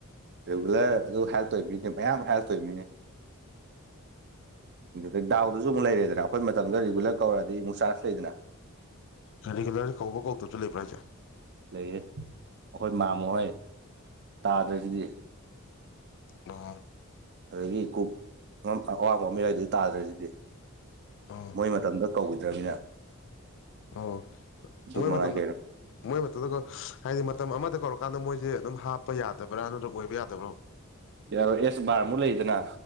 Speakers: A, on the right; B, on the left.
A: ꯔꯤꯒꯨꯂꯔ ꯑꯗꯨ ꯍꯥꯏꯔꯛꯇꯣꯏ ꯃꯤꯅꯤ ꯃꯌꯥꯝ ꯍꯥꯏꯔꯛꯇꯣꯏꯃꯤꯅꯤ ꯑꯗꯨꯗꯩ ꯗꯥꯎꯗꯨꯁꯨ ꯑꯃꯨꯛ ꯂꯩꯔꯦꯗꯅ ꯑꯩꯈꯣꯏ ꯃꯇꯝꯗ ꯔꯤꯒꯨꯂꯔ ꯀꯧꯔꯛꯑꯗꯤ ꯑꯃꯨꯛ ꯆꯥꯔꯖ ꯂꯩꯗꯅ
B: ꯀꯔꯤꯒꯂꯔ ꯀꯧꯕ ꯀꯧꯗꯕꯁꯨ ꯂꯩꯕ꯭ꯔꯥ ꯍꯥꯏꯁꯦ
A: ꯂꯩꯌꯦ ꯑꯩꯈꯣꯏ ꯃꯥꯃꯣꯏ ꯇꯥꯗ꯭ꯔꯒꯗꯤ
B: ꯑꯣ
A: ꯑꯗꯒꯤ ꯀꯨꯞ ꯑꯋꯥꯡꯕ ꯃꯌꯥꯏꯗꯨ ꯇꯥꯗ꯭ꯔꯁꯤꯗꯤ
B: ꯑꯣ
A: ꯃꯣꯏ ꯃꯇꯝꯗ ꯀꯧꯈꯤꯗ꯭ꯔꯕꯅꯤꯅ
B: ꯑꯣ
A: ꯑꯗꯨ
B: ꯃꯣꯏ
A: ꯃꯉꯥꯏ
B: ꯃꯇꯝꯗ
A: ꯀꯩꯅꯣ
B: ꯃꯣꯏ ꯃꯗꯒ ꯍꯥꯏꯗꯤ ꯃꯇꯝ ꯑꯃꯗ ꯀꯧꯔꯀꯥꯟꯗ ꯃꯣꯏꯁꯦ ꯑꯗꯨꯝ ꯍꯥꯞꯄ ꯌꯥꯗꯕ꯭ꯔꯥ ꯅꯠꯇ꯭ꯔꯒ ꯑꯣꯏꯕ ꯌꯥꯗꯕ꯭ꯔꯥ
A: ꯌꯥꯔꯣꯏ ꯑꯦꯁ ꯕꯥꯔꯃꯨꯛ ꯂꯩꯗꯅ